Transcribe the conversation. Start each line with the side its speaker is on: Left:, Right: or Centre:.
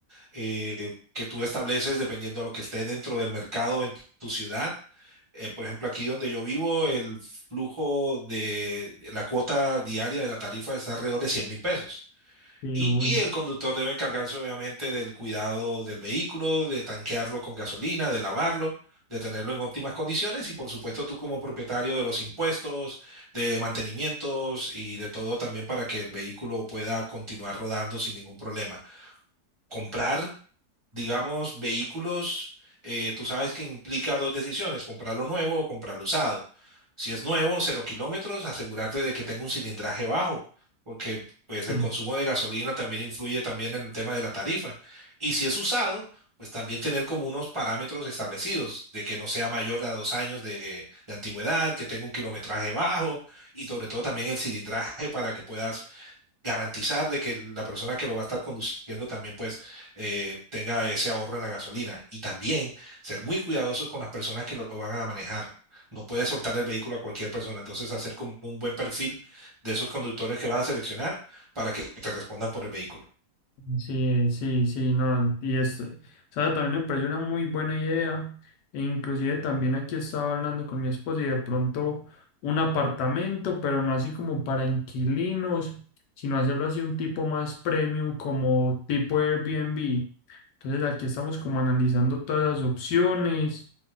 Right: eh, que tú estableces dependiendo a lo que esté dentro del mercado en tu ciudad. Eh, por ejemplo, aquí donde yo vivo, el flujo de de la cuota diaria de la tarifa está alrededor de cien mil pesos.
Left: Y
Right: Y,
Left: uy,
Right: y el conductor debe encargarse obviamente del cuidado del vehículo, de tanquearlo con gasolina, de lavarlo, de tenerlo en óptimas condiciones y por supuesto tú como propietario de los impuestos, de mantenimientos y de todo también para que el vehículo pueda continuar rodando sin ningún problema. Comprar digamos, vehículos, eh, tú sabes que implica dos decisiones, comprarlo nuevo o comprarlo usado. Si es nuevo, cero kilómetros, asegurarte de que tenga un cilindraje bajo, porque pues
Left: sí.
Right: el consumo de gasolina también influye también en el tema de la tarifa. Y si es usado, pues también tener como unos parámetros establecidos, de que no sea mayor de a dos años de, de antigüedad, que tenga un kilometraje bajo y sobre todo también el cilindraje para que puedas garantizar de que la persona que lo va a estar conduciendo también pues eh, tenga ese ahorro en la gasolina y también ser muy cuidadosos con las personas que lo van a manejar. No puedes soltar el vehículo a cualquier persona, entonces hacer como un buen perfil de esos conductores que vas a seleccionar para que te respondan por el vehículo.
Left: Sí, sí, sí, no, y esto, o sea, también me pareció una muy buena idea, e inclusive también aquí estaba hablando con mi esposa y de pronto un apartamento, pero no así como para inquilinos, sino hacerlo así un tipo más premium como tipo Airbnb. Entonces aquí estamos como analizando todas las opciones.